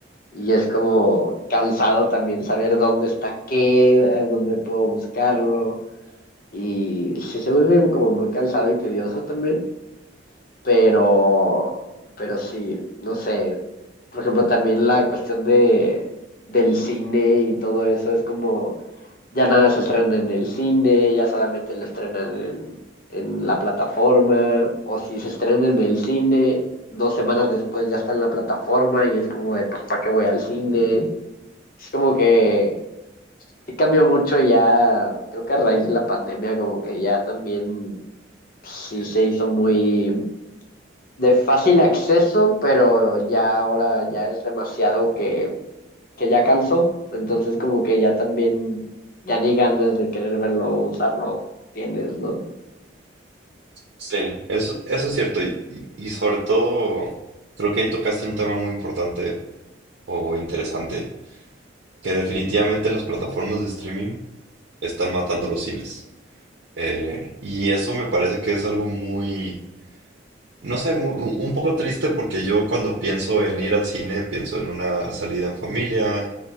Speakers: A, on the left; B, on the right.
A: Y es como cansado también saber dónde está qué, dónde puedo buscarlo. Y sí se vuelve como muy cansado y tedioso también. Pero, pero sí, no sé. Por ejemplo, también la cuestión de, del cine y todo eso es como ya nada se estrena en el cine, ya solamente lo estrenan en, en la plataforma, o si se estrena en el cine, dos semanas después ya está en la plataforma y es como de, pues, ¿para qué voy al cine? es como que, que cambió mucho ya, creo que a raíz de la pandemia, como que ya también sí se hizo muy de fácil acceso, pero ya ahora ya es demasiado que, que ya cansó, entonces como que ya también, ya ni ganas de querer verlo, usarlo tienes, ¿no?
B: Sí, Eso, eso es cierto. Y, y- y sobre todo, creo que ahí tocaste un tema muy importante o interesante, que definitivamente las plataformas de streaming están matando los cines. Eh, y eso me parece que es algo muy, no sé, mu- un poco triste porque yo cuando pienso en ir al cine, pienso en una salida en familia,